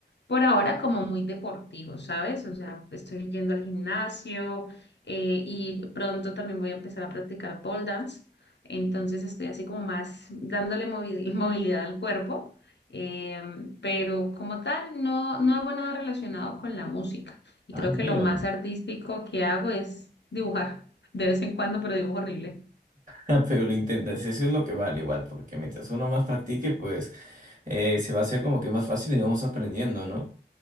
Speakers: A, on the left; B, on the right.
A: por ahora como muy deportivo, ¿sabes? O sea, estoy yendo al gimnasio eh, y pronto también voy a empezar a practicar pole dance. Entonces estoy así como más dándole movi- <laughs> movilidad al cuerpo, eh, pero como tal no, no hago nada relacionado con la música. Y
B: Ah,
A: creo
B: mira.
A: que lo más
B: <laughs>
A: artístico que hago es dibujar, de vez en cuando, pero dibujo horrible.
B: Ah, Pero lo intentas, eso es lo que vale igual, porque mientras uno más practique, pues eh, se va a hacer como que más fácil y vamos aprendiendo, ¿no?